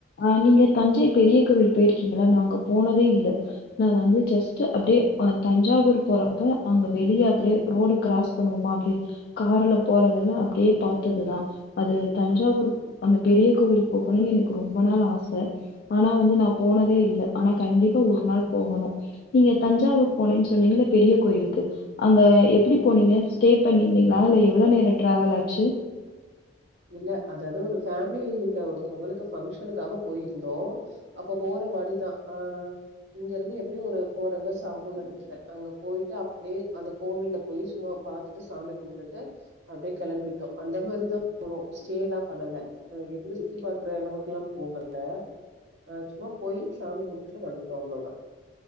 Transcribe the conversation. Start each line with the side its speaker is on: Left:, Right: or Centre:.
Left: அ நீங்க தஞ்சை பெரிய கோவில் போயிருக்கீங்களா நா அங்க போனதே இல்ல நா வந்து ஜஸ்ட் அப்டி யே அ தஞ்சாவூர் போறப்ப அங்க வெளிய அப்டியே ரோடு கிராஸ் பண்ணுவோமா அப்டி கார்ல போ போறவல அப்டியே பாத்ததுதா அது தஞ்சாவூர் அந்த பெரிய கோவில் போகணும்னு என க்கு ரொம்ப நாள் ஆச ஆனா வந்து நா போனதே இல்ல ஆனா கண்டிப்பா ஒரு நாள் போகணு நீங் க தஞ்சாவூர் போனேன் சொன்னீங்கள பெரிய கோயிலுக்கு அங்க எப்படி போனீங்க ஸ்டே பண்ணிருந்தீங்களா இல்ல எவ்ள நேர டிராவல் ஆச்சு
Right: இல்ல அதாவது ஒரு ஃபேமிலில ஒருத்தவங்களுக்கு ஃபங்க்ஷனுக்காக போயிருந்தோ அப்ப போ ற வழிதா அ இங்க இருந்து எப்டியு ஒரு ஃபோர் அவர்ஸ் ஆகு நெனைக்கிறே அங்க போயிட்டு அப்டியே அந்த கோவில்ல போய் சும்மா பாத்துட்டு சாமி கும்டுட்டு அப்டியே கெளம்பிட்டோ அந்த மாரிதா போனோ ஸ்டே எல்லா பண்ணல அது இருந்து சுத்தி பாக்குற அளவுக்குல்லா போகல அ சும்மா போய் சாமி கும்டுட்டு வந்துட்டோ அவ்ளோதா